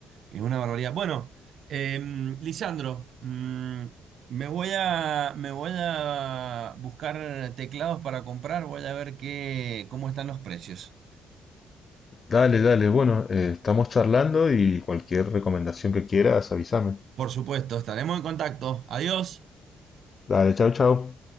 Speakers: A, on the right (about 55°); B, on the left (about 30°).
A: Es una barbaridad. Bueno, em, Lisandro, mm, me voy a, me voy a buscar teclados para comprar. Voy a ver qué, cómo están los precios.
B: Dale, dale, bueno, eh, estamos charlando y cualquier recomendación que quieras, avísame.
A: Por supuesto, estaremos en contacto. Adiós.
B: Dale, chau, chau.